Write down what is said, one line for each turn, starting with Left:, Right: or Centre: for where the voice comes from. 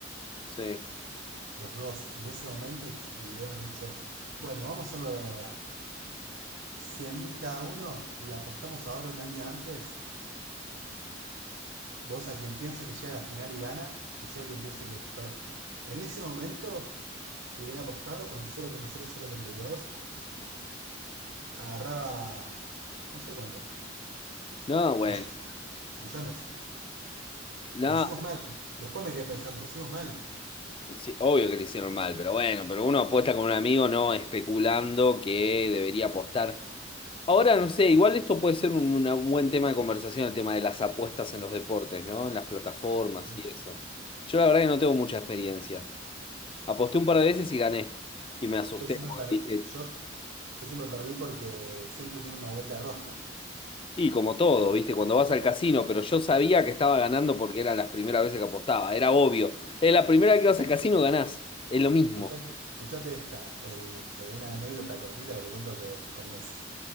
Left: Sí.
Right: los dos, en ese momento y, y hubiéramos dicho, bueno, vamos a hacerlo de verdad. cien mil cada uno, le apostamos ahora un año antes Vos a quien piense que llega a la final y gana, y yo a quien piense que juega la final. En ese momento, si hubiera apostado con el cero coma cero cero treinta y dos agarraba, no sé cuánto,
Left: No, bueno.
Right: millones, ¿eh? millones.
Left: No,
Right: La hicimos mal. Después me quedé pensando, la hicimos mal.
Left: sí, obvio que le hicieron mal, pero bueno, pero uno apuesta con un amigo no especulando que debería apostar. Ahora, no sé, igual esto puede ser un, una- un buen tema de conversación, el tema de las apuestas en los deportes, ¿no? En las plataformas
Right: Sí.
Left: y eso. Yo la verdad que no tengo mucha experiencia. Aposté un par de veces y gané. Y me asusté.
Right: Yo siempre,
Left: porque
Right: per-
Left: dije,
Right: yo, yo siempre perdí porque siempre tiene una vuelta de rosca.
Left: y como todo, ¿viste? Cuando vas al casino, pero yo sabía que estaba ganando porque eran las primeras veces que apostaba. Era obvio. Es la primera vez que vas al casino ganás. Es lo mismo.
Right: Escuchate, escuchate esta, el- eh, una anécdota cortita que te cuento que- con Messi.